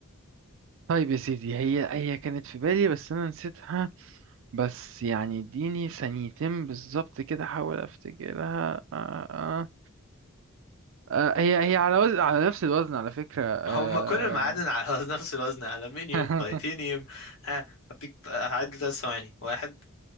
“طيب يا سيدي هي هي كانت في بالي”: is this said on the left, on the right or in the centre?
Right